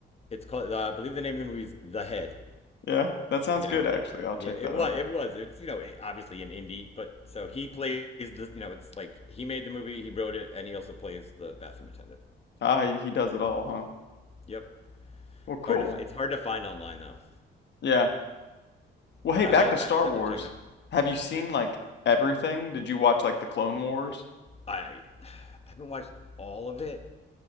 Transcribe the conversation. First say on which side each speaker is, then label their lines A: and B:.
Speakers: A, on the left; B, on the left.
A: It's called. Uh, I believe the name of the movie is The Head.
B: Yeah, that sounds
A: Yeah.
B: good actually. I'll check
A: Yeah, it
B: that
A: was.
B: out.
A: It was. It's you know obviously an indie, but so he plays the you know it's like he made the movie, he wrote it, and he also plays the bathroom attendant.
B: Ah, he, he does it
A: So
B: all, huh?
A: yep,
B: Well, cool.
A: hard to fi- it's hard to find online though.
B: Yeah. Well,
A: But
B: hey, back
A: I had
B: to Star
A: I definitely
B: Wars.
A: check it out.
B: Have you seen
A: Yeah,
B: like everything? Did you watch like the Clone Wars?
A: I <sighs> I haven't watched all of it.